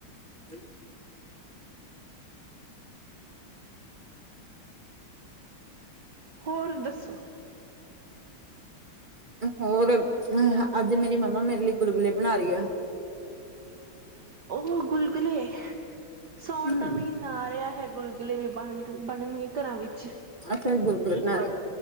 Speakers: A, on the right; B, on the right.
A: ਹ <inaudible>
B: ਹੋਰ ਦੱਸੋ
A: ਹੋਰ ਅੱਜ ਮੇਰੀ ਮੰਮਾ ਮੇਰੇ ਲਈ ਗੁਲ ਗੁੱਲੇ ਬਣਾ ਰਹੀ ਆ
B: ਉਹ ਗੁਲ ਗੁਲਗਲੇ ਸਾੌਉਣ
A: ਹਮ
B: ਦਾ ਮਹੀਨਾ ਆ ਰਿਹਾ ਹੈ ਗੁਲਗੁਲੇ ਵੀ ਬਣ ਬਣਨਗੇ ਘਰਾਂ ਵਿੱਚ
A: ਚ ਬੁਰਦੀ ਨਾ